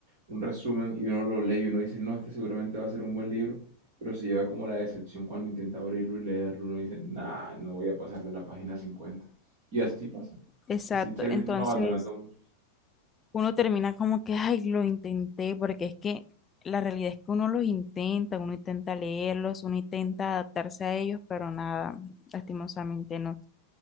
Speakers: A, on the right; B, on the left.
A: un resumen y uno lo lee y uno dice, no, este seguramente va a ser un buen libro, pero se lleva como la decepción cuando intenta abrirlo y leerlo, uno dice, nah, no voy a pasar de la página cincuenta Y así pasa,
B: exacto.
A: así termina
B: Entonces,
A: uno abandonando mucho.
B: uno termina como que, ay, lo intenté, porque es que la realidad es que uno los intenta, uno intenta leerlos, uno intenta adaptarse a ellos, pero nada, lastimosamente no.